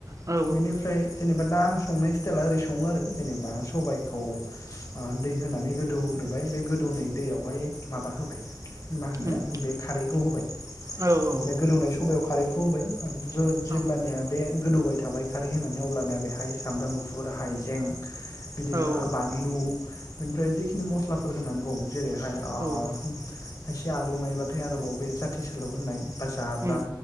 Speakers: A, on the right (about 45°); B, on the left (about 45°).
A: औ
B: बेनिफ्राय जेनेबा दा आं संनाय स्टाइला ओरै सङो आरो जेनेबा सबाइ दैखौ दै होनानै गोदौहोग्रोबाय बे गोदौै दैयावहाय माबा होबाय मा होनो
A: उम
B: बे खारैखौ होबाय
A: औ औ
B: बे गोदौनाय सबाइयाव खारैखौ होबाय ज जेब्लानिया
A: औ
B: बे गोदौबाय थाबाय खारै होनानै अबानया बेहाय सामब्राम गुफुर हाइजें बिदिनो
A: औ
B: बानलु बेनिफ्राय जेखिनि मस्लाफोर होनांगौ जेरैहाय खसे
A: औ
B: आलौ नायबाथाय आरोबाव बे जाथि सालक होननाय बा जाब्रां
A: उम